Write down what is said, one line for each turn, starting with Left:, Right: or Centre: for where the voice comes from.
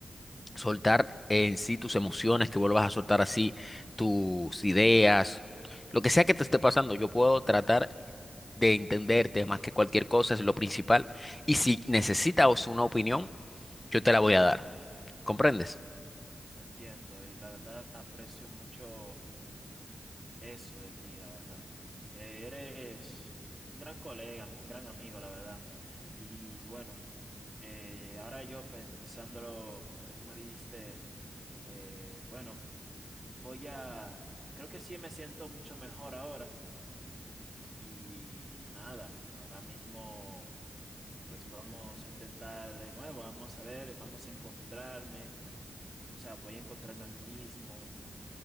Left: soltar en sí tus emociones, que vuelvas a soltar así tus ideas, lo que sea que te esté pasando, yo puedo tratar de entenderte más que cualquier cosa es lo principal. Y si necesitas una opinión, yo te la voy a dar. ¿Comprendes?
Right: mm. Entiendo, y la verdad aprecio mucho eso de ti, la verdad. Eh, Eres un gran colega, un gran amigo, la verdad. Y bueno, eh, ahora yo pensando lo, lo que tú me dijiste, eh, bueno. voy a, creo que sí me siento mucho mejor ahora y nada, ahora mismo pues vamos a intentar de nuevo, vamos a ver, vamos a encontrarme, o sea, voy a encontrarme a mí mismo,